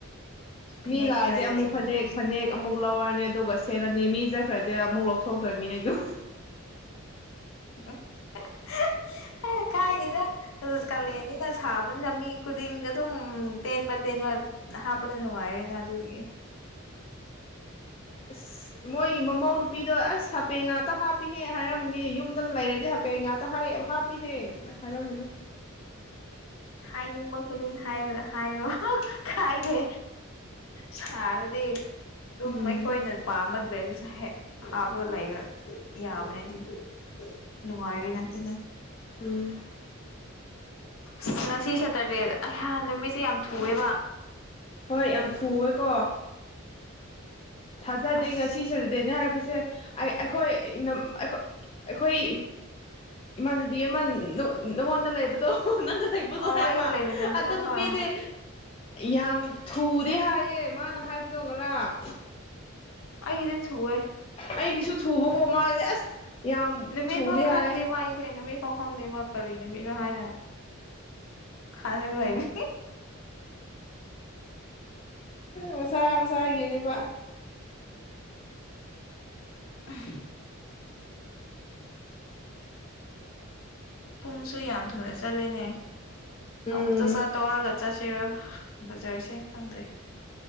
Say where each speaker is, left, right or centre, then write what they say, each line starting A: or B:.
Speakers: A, on the left; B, on the left.
A: ꯐꯅꯦꯛ
B: ꯃꯤ ꯂꯥꯛ
A: ꯁꯦꯠꯂꯒ
B: ꯑꯗꯤ ꯑꯃꯨꯛ
A: ꯂꯩꯕꯅꯦ
B: ꯐꯅꯦꯛ
A: ꯍꯧꯖꯤꯛꯁꯦ
B: ꯐꯅꯦꯛ ꯑꯃꯨꯛ ꯨ ꯂꯧꯔꯅꯤ ꯑꯗꯨꯒ ꯁꯦꯠꯂꯅꯤ ꯃꯤ ꯆꯠꯈ꯭ꯔꯗꯤ ꯑꯃꯨꯛ ꯂꯧꯊꯣꯛꯈ꯭ꯔꯅꯤ ꯑꯩꯗꯣ
A: <inaudible> ꯑ ꯀꯥꯏꯗꯦꯗ ꯑꯗꯨ ꯀꯥꯂꯛꯑꯅꯤꯅ ꯁꯥꯕꯅꯤꯅ ꯃꯤ ꯈꯨꯗꯤꯡ ꯑꯗꯨꯝ ꯇꯦꯟꯕ ꯇꯦꯟꯕ ꯍꯥꯞꯄꯗ ꯅꯨꯡꯉꯥꯏꯔꯦꯅ ꯑꯗꯨꯗꯒꯤ
B: ꯑꯁ ꯃꯣꯏꯒꯤ ꯃꯃꯧ ꯅꯨꯄꯤꯗꯣ ꯑꯁ ꯍꯥꯄꯦꯟ ꯉꯥꯛꯇ ꯍꯥꯞꯄꯤꯍꯦ ꯍꯥꯏꯔꯝꯅꯦ ꯌꯨꯝꯗ ꯂꯩꯔꯗꯤ ꯍꯥꯄꯦꯟ ꯉꯥꯛꯇ ꯍꯥꯞꯄꯤꯍꯦꯅ ꯍꯥꯌꯔꯒꯥꯅꯤ
A: ꯍꯥꯏꯅꯤꯡꯕ ꯈꯨꯗꯤꯡ ꯍꯥꯏꯔ ꯍꯥꯏꯔꯣ ꯀꯥꯏꯗꯦ ꯁꯥꯔꯗꯤ ꯑꯗꯨꯝ
B: ꯎꯝ
A: ꯑꯩꯈꯣꯏꯅ ꯄꯥꯝꯕ ꯗ꯭ꯔꯦꯁꯁꯨ ꯍꯥꯥꯎꯕ ꯂ ꯌꯥꯕꯅꯦ ꯑꯗꯨ ꯅꯨꯡꯋꯥꯥꯏꯔꯅꯠꯇꯗ
B: ꯎꯝ
A: ꯑꯁ ꯉꯁꯤ ꯁꯇꯔꯗꯦꯗ ꯑꯩꯍꯥꯟ ꯅꯨꯃꯤꯠꯁꯦ ꯌꯥꯝ ꯊꯨꯑꯦꯕ
B: ꯍꯣꯏ ꯌꯥꯝ ꯊꯨꯋꯦꯀꯣ ꯊꯥꯖꯗꯦ
A: ꯑꯁ
B: ꯉꯁꯤ ꯁꯔꯗꯦꯅꯦ ꯍꯥꯏꯕ ꯁꯦ ꯑꯩꯈꯣꯏ ꯑꯩꯈꯣꯏ ꯏꯃꯥꯟꯅꯕꯤ ꯑꯃ ꯅꯪꯉꯣꯟꯗ ꯂꯩꯕꯗꯣ ꯅꯪꯒꯥ ꯂꯩꯕꯗꯣ
A: ꯑꯣ
B: ꯍꯥꯏꯕ
A: ꯑꯩꯒ ꯂꯩꯕꯅꯦꯕꯗꯣ
B: ꯑꯗ ꯅꯨꯄꯤꯗꯤ
A: ꯍꯣꯏ ꯑꯥ
B: ꯌꯥꯝ ꯊꯨꯗꯤ ꯍꯥꯏꯌꯦ ꯃꯥꯅ ꯍꯥꯏꯕꯗꯣ ꯉꯔꯥꯪ
A: ꯑꯩꯒꯤꯗꯤ ꯊꯨꯑꯦ
B: ꯑꯩꯒꯤꯁꯨ ꯊꯨꯕꯀꯣ ꯃꯥꯉꯒꯏꯗꯤ ꯑꯁ ꯌꯥꯝ
A: ꯅꯨꯃꯤꯠ
B: ꯊꯨꯗꯦ
A: ꯐꯥꯎ
B: ꯍꯥꯏꯌꯦ
A: ꯈꯪꯗꯦꯕ ꯑꯩꯁꯦ ꯅꯨꯃꯤꯠ ꯐꯥꯎ ꯈꯪꯗꯦꯕ ꯀꯔꯤ ꯅꯨꯃꯤꯠꯅꯣ ꯍꯥꯏꯅ ꯈꯖꯒ ꯂꯩꯕ
B: ꯃꯁꯥ ꯃꯁꯥꯒꯤꯅꯤꯕ
A: <inaudible> ꯄꯨꯡꯁꯨ ꯌꯥꯝ ꯊꯨꯅ ꯆꯠꯂꯦꯅꯦ
B: ꯎꯝ
A: ꯑꯃꯨꯛ ꯆꯥꯛꯆꯥ ꯇꯣꯛꯑꯒ ꯆꯥꯁꯤꯔꯣ ꯕꯖꯥꯔꯁꯦ ꯈꯪꯗ꯭ꯔꯦ